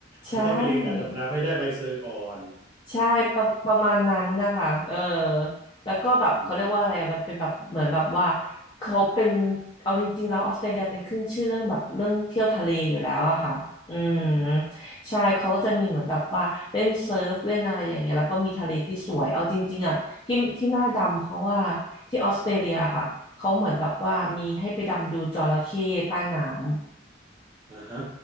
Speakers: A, on the left; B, on the right.
A: ใช่
B: มันต้องไปเรียนการดำน้ำให้ได้ใบเซอร์ก่อน
A: ใช่ประประมาณนั้นนะคะเออแล้วก็แบบเขาเรียกว่าอะไรอะมันเป็นแบบเหมือนแบบว่า
B: อืม
A: เขาเป็นเอาจริงๆแล้วออสเตรเลียเป็นขึ้นชื่อเรื่องแบบเรื่องเที่ยวทะเลอยู่แล้วอะค่ะอืม
B: อืม
A: ใช่เขาก็จะมีเหมือนแบบว่าเล่นเซิร์ฟเล่นอะไรอย่างเงี้ยแล้วก็มีทะเลที่สวยเอาจริงๆอะที่ที่หน้าดำเพราะว่าที่ออสเตรเลียค่ะเขาเหมือนแบบว่ามีให้ไปดำดูจระเข้ใต้น้ำ
B: อ่าฮะ